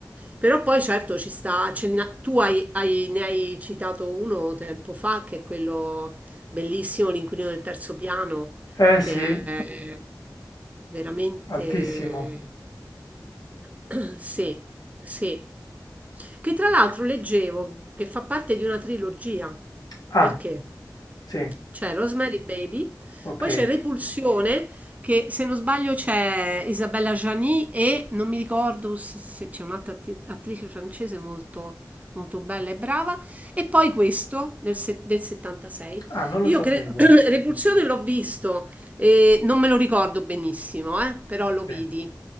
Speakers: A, on the right (about 20°); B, on the left (about 60°).
A: Però poi certo ci sta, ce n'ha- tu hai- hai- ne hai citato uno tempo fa, che è quello bellissimo, L'inquilino del terzo piano,
B: eh
A: che
B: sì,
A: è veramente...
B: altissimo.
A: <clears throat> Sì, sì. Che tra l'altro leggevo che fa parte di una trilogia.
B: Ah,
A: Perché?
B: sì,
A: C'è Rosemary Baby,
B: ok.
A: poi c'è Repulsione, che se non sbaglio c'è Isabella Gianni e non mi ricordo se se c'è un'altra atti- attrice francese molto, molto bella e brava, e poi questo del, se- del 76.
B: Ah, non lo
A: Io
B: sapevo.
A: cre- <clears throat> Repulsione l'ho visto, e non me lo ricordo benissimo, eh, però lo
B: Sì.
A: vidi.